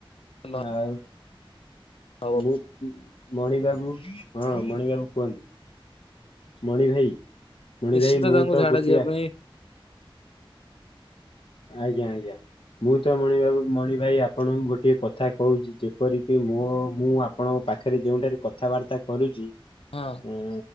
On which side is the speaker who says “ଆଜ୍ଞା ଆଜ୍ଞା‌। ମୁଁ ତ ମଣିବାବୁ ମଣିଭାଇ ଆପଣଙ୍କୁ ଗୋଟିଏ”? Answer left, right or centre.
Left